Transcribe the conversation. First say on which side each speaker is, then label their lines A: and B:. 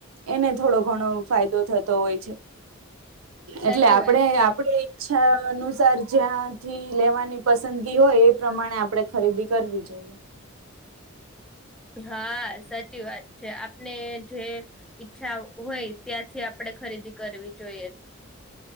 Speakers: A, on the right; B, in the centre.
A: એને થોડો ઘણો ફાયદો થતો, હોય છે.
B: સાચી
A: એટલે, આપડે
B: વાત છે.
A: આપડ અનુસાર જ્યાંથી લેવાની પસંદગી હોય, એ પ્રમાણે આપણે ખરીદી કરવી, જોઈએ
B: હા, સાચી વાત છે, આપને જે ઈચ્છા હોય, ત્યાંથી આપડે ખરીદી કરવી જોઈએ